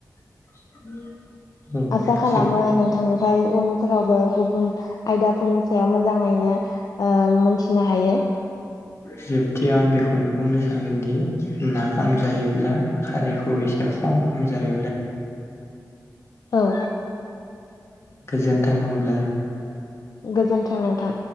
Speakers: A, on the left; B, on the left.
A: <unintelligible> जोबथियाव
B: आसा खालामो नोंथांनिफ्राय उनफोरावबो गुबुन आयदाफोरनि सायाव मोजाङैनो ओ मोनथिनो हायो।
A: जोबथि आं बेखौनो बुंनो सानगोन दि नाफाम जायोब्ला खारैखौ एसे खम खम जायोब्ला
B: औ।
A: गोजोन्थों हमब्ला।
B: गोजोन्थों नोंथां।